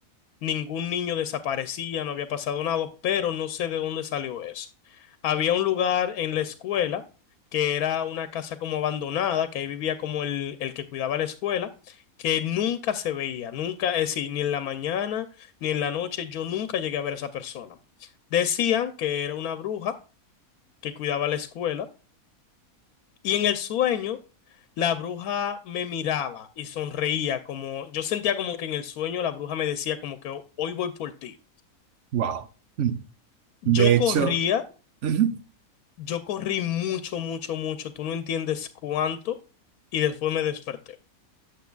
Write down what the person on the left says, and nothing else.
ningún niño desaparecía, no había pasado nada, pero no sé de dónde salió eso. Había un lugar en la escuela que era una casa como abandonada, que ahí vivía como el, el que cuidaba la escuela, que nunca se veía, nunca, es decir, ni en la mañana ni en la noche, yo nunca llegué a ver a esa persona. Decían que era una bruja que cuidaba la escuela y en el sueño la bruja me miraba y sonreía, como yo sentía como que en el sueño la bruja me decía como que "Ho- hoy voy por ti.
Yo
corría,
yo corrí mucho, mucho, mucho, tú no entiendes cuánto, y después me desperté.